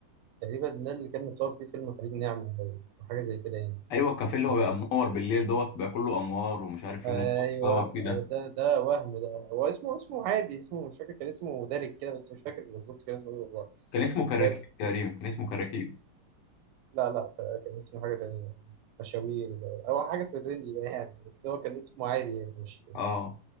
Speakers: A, on the right; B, on the left.
A: تقريبا ده اللي كان متصور فيه فيلم خليج نعمة أو أو حاجة زي كده يعني
B: ايوه الكافيه اللي هو
A: و...
B: بقى منور بالليل دوت بقى كله انوار ومش عارف
A: أيوه
B: ايه وناس بتقعد تصور فيه ده
A: أيوه ده ده وهم ده هو اسمه اسمه عادي اسمه مش فاكر كان اسمه دارك كده بس مش فاكر بالظبط كان اسمه إيه والله
B: كان اسمه كراكيب
A: بس
B: تقريبا كان اسمه كراكيب
A: لا لا ت- كان اسمه حاجة تانية مشاوير أو حاجة في الرينج ده يعني بس هو كان اسمه عادي يعني مش
B: اه